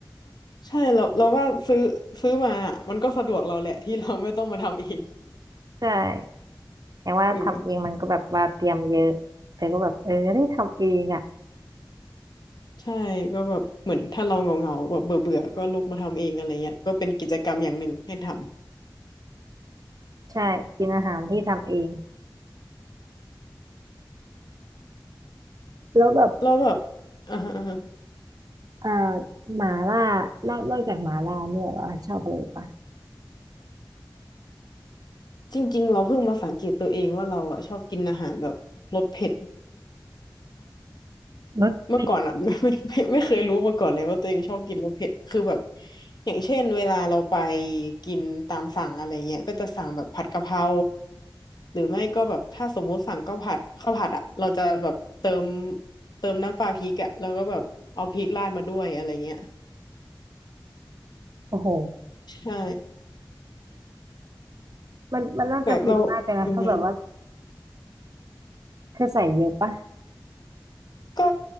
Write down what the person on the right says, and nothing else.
ใช่อย่างว่าทำเองมันก็แบบว่าเตรียมเยอะแต่ก็แบบเออได้ทำเองอ่ะ
ใช่กินอาหารที่ทำเองแล้วแบบ
อ่าหม่าล่า
นอกนอกจากหม่าล่าเนี่ยเหราชอบอะไรอีกปะ
รสเผ็ด
โอ้โห
มันมันน่าจะเผ็ดมากเลยนะถ้าแบบว่า
คือใส่เยอะปะ